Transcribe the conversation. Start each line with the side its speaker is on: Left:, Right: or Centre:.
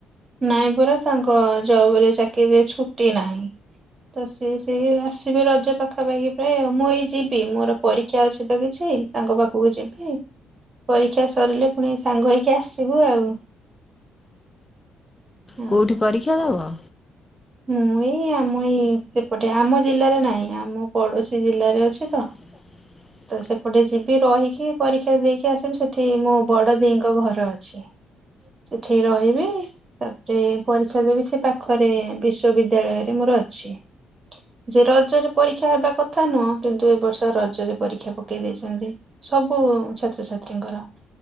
Right: ନାଇଁ ପରା। ତାଙ୍କ ଜବ ରେ ଚାକିରିୀରେ ଛୁଟି ନାହିଁ। ତ ସିଏ ସିଏ ଆସିବେ ରଜ ପାଖାପାଖି ପ୍ରାୟ ଆଉ, ମୁଁ ଏଇ ଯିବି ମୋର ପରୀକ୍ଷା ଅଛି ତ କିଛି ତାଙ୍କ ପାଖକୁ ଯିବି। ପରୀକ୍ଷା ସରିଲେ ପୁଣି ସାଙ୍ଗ ହେଇକି ଆସିବୁ ଆଉ। ହଁ
Left: କୋଉଠି ପରୀକ୍ଷା ଦବ?
Right: ମୁଁ ଏଇ ଆମ ଏଇ ସେପଟେ, ଆମ ଜିଲ୍ଲାରେ ନାହିଁ। ଆମ ପଡୋଶୀ ଜିଲ୍ଲାରେ ଅଛି ତ
Left: <inaudible>
Right: ତ ସେପଟେ ଯିବି ରହିକି ପରୀକ୍ଷା ଦେଇକି ଆସିବି। ସେଠି ମୋ ବଡ ଦି ଙ୍କ ଘର ଅଛି। ସେଠି ରହିବି। ତାପରେ ପରୀକ୍ଷା ଦେବି ସେଇ ପାଖରେ ବିଶ୍ୱବିଦ୍ୟାଳୟ ରେ ମୋର ଅଛି। ଯେ ରଜରେ ପରୀକ୍ଷା ହେବା କଥା ନୁହଁ, କିନ୍ତୁ ଏ ବର୍ଷ ରଜରେ ପରୀକ୍ଷା ପକେଇ ଦେଇଛନ୍ତି। ସବୁ ଛାତ୍ରଛାତ୍ରୀଙ୍କର,